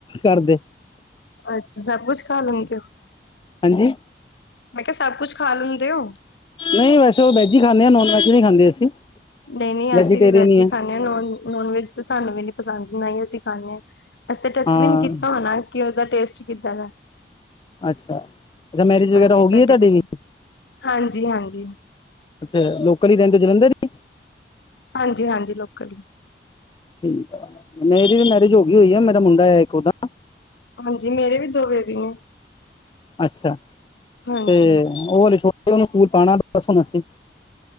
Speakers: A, on the left; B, on the left.
A: ਘਰਦੇ।
B: ਅੱਛਾ ਸਭ ਕੁਛ ਖਾ ਲੈਂਦੇ ਓ!
A: ਹਾਂਜੀ
B: ਮੈਂ ਕਿਹਾ ਸਭ ਕੁੱਝ ਖਾ ਲੈਂਦੇ ਹੋ?
A: ਨਹੀਂ ਵੈਸੇ ਉਹ ਵੈਜ ਹੀ ਖਾਂਦੇ ਆ ਨੋਨ ਵੈਜ ਹੀ ਨਹੀਂ ਖਾਂਦੇ ਅਸੀਂ।
B: ਨਹੀਂ ਨਹੀਂ
A: ਵੈਜੀਟੇਰੀਅਨ
B: ਅਸੀਂ ਵੀ ਵੈਜ ਹੀ
A: ਹੈ
B: ਖਾਂਦੇ ਹਾਂ ਨਨ ਨੋਨ ਵੈਜ ਸਾਨੂੰ ਵੀ ਨੀ ਪਸੰਦ ਨਾ ਅਸੀਂ। ਖ਼ਾਨੇ ਆ ਅਸੀ ਤੇ ਟੱਚ
A: ਹਾਂ
B: ਵੀ ਨਹੀਂ ਕੀਤਾ ਹੋਣਾ ਕਿ ਦਾ ਟੇਸਟ ਕਿੱਦਾਂ ਹੈ।
A: ਅੱਛਾ ਅੱਛਾ ਮੈਰਿਜ ਵਗੈਰਾ
B: ਹਾਂਜੀ
A: ਹੋ ਗਈ
B: ਸਾਡੇ
A: ਹੈ ਤੁਹਾਡੀ
B: ਘਰ
A: ਵੀ
B: ਹਾਂਜੀ ਹਾਂਜੀ।
A: ਅੱਛਾ ਲੋਕਲ ਹੀ ਰਹਿੰਦੇ ਜਲੰਧਰ ਹੀ।
B: ਹਾਂਜੀ ਹਾਂਜੀ ਲੋਕਲ।
A: ਠੀਕ ਆ ਮੇਰੀ ਵੀ ਮੈਰਿਜ ਹੋ ਗਈ ਹੋਈ ਆ ਮੇਰਾ ਮੁੰਡਾ ਹੈ ਇੱਕ ਉਹਦਾ।
B: ਹਾਂਜੀ ਮੇਰੇ ਵੀ ਦੋ ਬੇਬੀ ਨੇ।
A: ਅੱਛਾ
B: ਹਾਂਜੀ
A: ਤੇ ਉਹ ਛੋਟੇ ਉਹਨੂੰ ਸਕੂਲ ਪਾਉਣਾ ਦਸ ਉਣਾਸੀ।